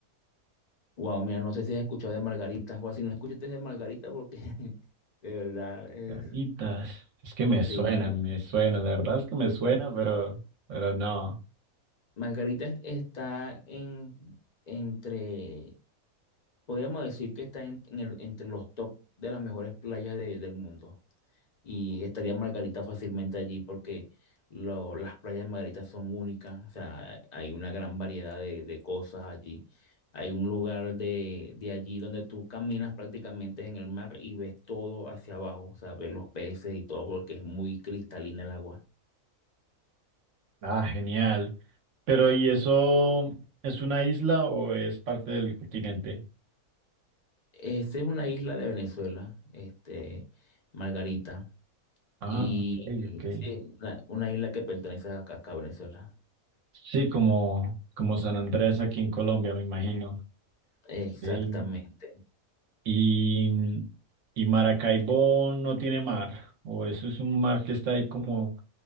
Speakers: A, on the left; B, on the right.
A: Wow, mira, no sé si has escuchado de Margarita, o si no escuchaste de Margarita porque <laughs> de verdad es,
B: Caritas, es que me suena,
A: sí, Mar-
B: me suena, la verdad es que me suena, pero, pero no.
A: Margarita es- está en, entre, podríamos decir que está en- en el- entre los top de las mejores playas de- del mundo. Y estaría Margarita fácilmente allí porque lo- las playas de Margarita son únicas. O sea, hay una gran variedad de, de cosas allí. Hay un lugar de, de allí donde tú caminas prácticamente en el mar y ves todo hacia abajo. O sea, ves los peces y todo porque es muy cristalina el agua.
B: Ah, genial. Pero ¿y eso es una isla o es parte del continente?
A: Esa es una isla de Venezuela, este, Margarita.
B: Ah,
A: Y
B: ok,
A: y
B: ok.
A: sí, una, una isla que pertenece a acá a Venezuela.
B: Sí, como, como San Andrés aquí en Colombia, me imagino.
A: Exactamente.
B: Ve, Y, y Maracaibo no tiene mar, o eso es un mar que está ahí como,